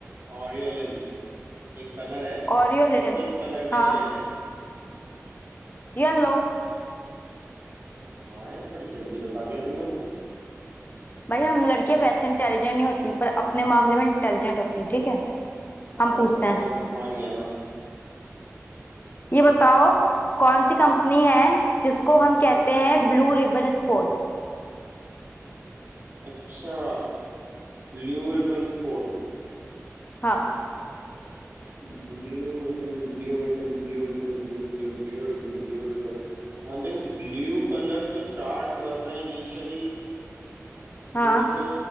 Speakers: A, on the right; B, on the left.
A: ऑरियोलिन एक कलर है
B: ओरियोलिन
A: ये किस कलर का
B: हाँ
A: शेड है
B: ये लो
A: हाँ यार बड़ी जल्दी बता दिया तुमने तो
B: भाई हम लड़कियां वैसे इंटेलिजेंट नहीं होती पर अपने मामले में इंटेलिजेंट होती हैं ठीक है
A: हाँ
B: हम
A: यार
B: पूछते
A: कलर
B: हैं
A: मान गया मैं
B: ये बताओ कौन सी कंपनी है जिसको हम कहते हैं ब्लू रिबन स्पोर्ट्स
A: अच्छा blue ribbon sport
B: हाँ
A: Blue ribbon blue ribbon blue ribbon blue blue blue ribbon blue ribbon हाँ देखो ब्लू कलर जो स्टार्ट हुआ था इनिशियली
B: हाँ
A: वो तो